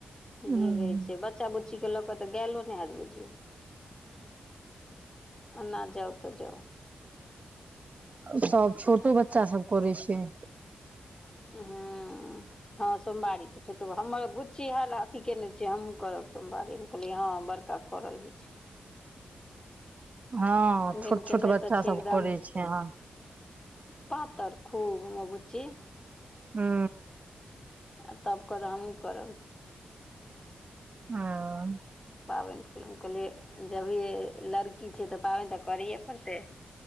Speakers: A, on the left; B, on the right.
A: भीड़
B: हूँ
A: रहै छै, बच्चा बुच्ची के लऽ क तऽ, गायलो नहि हयैत बुझियौ आना जाउ तऽ, जाउ
B: सभ छोटो बच्चा सब करै छै।
A: हुं। हँ सोमवारी तऽ छुटबो हमर बुच्ची हाला अथी केने छियै हमहु करब सोमवारीमे कहलियै हँ बड़का करल होईछे।
B: हँ
A: भिन
B: छोट
A: केने
B: छोट बच्चा
A: तऽ छै
B: सब
A: एकदम
B: करै छै हँ।
A: पातर खूब हमर बुच्ची
B: हू।
A: आ तब करऽ हमहुँ करब।
B: हह।
A: पाबनि <unintelligible> कहलिये। जभिये लड़की छै तऽ पाबनि तऽ करिये पड़तै।